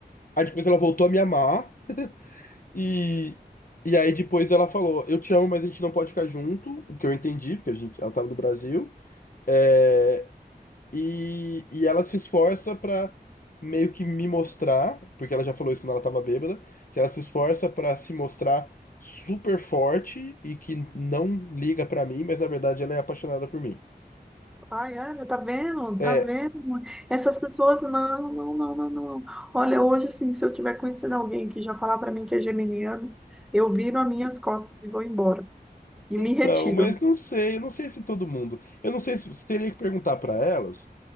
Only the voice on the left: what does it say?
Aí depois ela voltou a me amar e e aí depois ela falou, eu te amo, mas a gente não pode ficar junto, o que eu entendi, porque a gente, ela tava no Brasil. É, e, e ela se esforça pra meio que me mostrar, porque ela já falou isso quando ela tava bêbada, que ela se esforça pra se mostrar super forte e que não liga pra mim, mas na verdade ela é apaixonada por mim.
É,
então,
mas não sei, eu não sei se todo mundo. Eu não sei se você teria que perguntar pra elas.